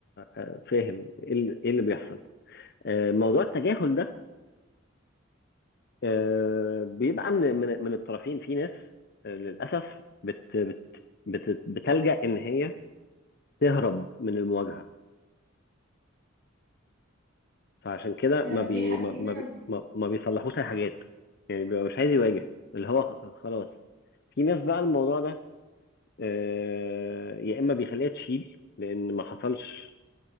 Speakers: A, on the left; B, on the right.
A: آه، فاهم ايه اللي إيه اللي بيحصل آه، موضوع التجاهل ده آه، بيبقى من من من الطرفين في ناس آه، للاسف بت بت بت بتلجأ ان هي تهرب من المواجهه فعشان كده
B: آه،
A: ما بي
B: دي حقيقة
A: ما ما بي ما ما بيصلحوش اي حاجات يعني بيبقى مش عايز يواجه اللي هو خ- خلاص في ناس بقى الموضوع ده آه، يا اما بيخليها تشيل لان ما حصلش